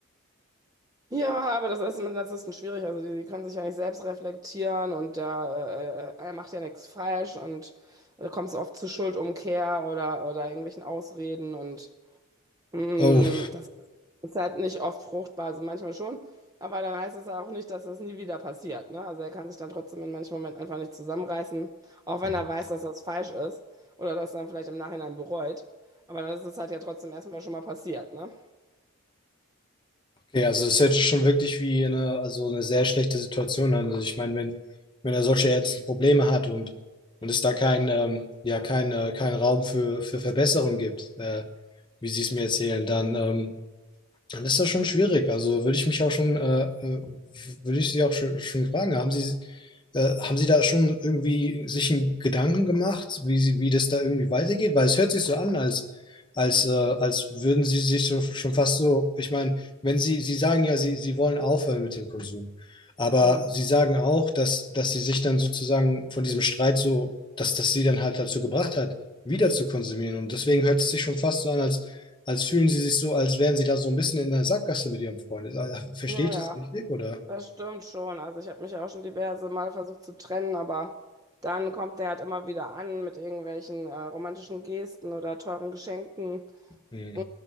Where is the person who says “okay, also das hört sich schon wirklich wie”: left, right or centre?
Left